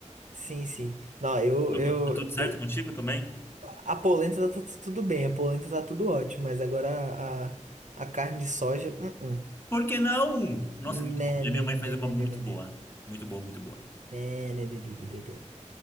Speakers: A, on the right; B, on the left.
A: sim, sim. Não, eu,
B: Tudo,
A: eu,
B: tá tudo certo
A: eu,
B: contigo também?
A: a polenta tá, tá tá tudo bem, a polenta tá tudo ótimo, mas agora a, a a carne de soja, uh-uh.
B: Por que não? Nossa,
A: Né,
B: é muito bom. E
A: né,
B: minha mãe
A: né,
B: faz uma
A: né,
B: muito
A: né, né,
B: boa.
A: né.
B: Muito boa, muito boa.
A: Né, né, né, né, né, né, né.